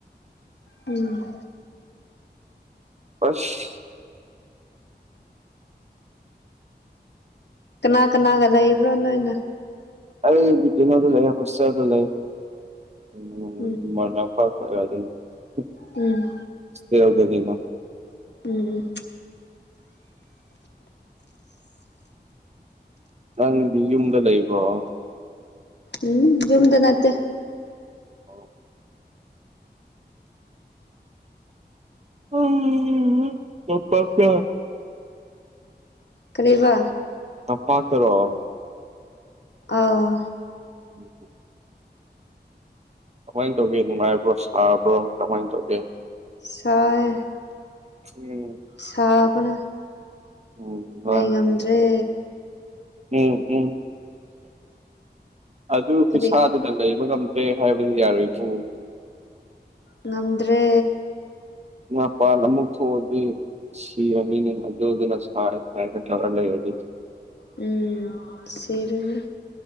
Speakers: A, on the left; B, on the right.
A: ꯎꯝ꯫
B: ꯑꯁ꯫
A: ꯀꯅꯥ ꯀꯅꯥꯒ ꯂꯩꯕ꯭ꯔ‌ꯣ ꯅꯣꯏꯅ꯫
B: ꯑꯩ ꯕꯤꯃꯒ ꯂꯩꯌ‌ꯦ ꯍ‌ꯣꯏꯁꯇ‌ꯦꯜꯗ ꯂꯩꯌ‌ꯦ
A: ꯎꯝ
B: <unintelligible> <unintelligible>
A: ꯎꯝ
B: ꯏꯁꯄꯔ‌ꯦ ꯌꯥꯎꯗꯔꯗꯤ
A: ꯎꯝ ꯎꯝ꯫
B: ꯅꯪꯗꯤ ꯌꯨꯝꯗ ꯂꯩꯕ꯭ꯔꯣ
A: ꯎꯝ ꯌꯨꯝꯗ ꯅꯠꯇꯦ꯫
B: ꯑꯣ ꯎꯝ ꯇꯝꯄꯥꯛꯇ
A: ꯀꯔꯤꯕ
B: ꯇꯝꯄꯥꯛ ꯇꯔꯣ꯫
A: ꯑꯥ꯫
B: ꯎꯝ ꯀꯃꯥꯏ ꯇꯧꯒꯦ ꯅꯨꯡꯉꯥꯏꯕ꯭ꯔꯣ ꯁꯥꯕ꯭ꯔꯣ ꯀꯃꯥꯏ ꯇꯧꯒꯦ
A: ꯁꯥꯏ
B: ꯎꯝ
A: ꯁꯥꯕꯅ
B: ꯎꯝ ꯍꯣꯏ
A: ꯂꯩ ꯉꯝꯗ꯭ꯔꯦ
B: ꯎꯝ ꯎꯝ꯫ ꯑꯗꯨ ꯈꯨꯠꯁꯥꯗꯨꯅ
A: ꯀꯔꯤ
B: ꯂꯩꯕ ꯉꯝꯗ꯭ꯔꯦ ꯍꯥꯏꯕꯗꯤ ꯌꯥꯔꯣꯏꯕꯨ꯫
A: ꯉꯝꯗ꯭ꯔꯦ
B: ꯃꯄꯥꯟ ꯑꯃꯨꯛ ꯊꯣꯛꯑꯗꯤ꯫ ꯁꯤꯔꯅꯤꯅ‌ꯦ ꯑꯗꯨꯗꯨꯅ ꯁꯥꯏ ꯍꯥꯏꯅ ꯇꯧꯔ ꯂꯩꯔꯗꯤ
A: ꯎꯝ ꯁꯤꯔꯅꯤ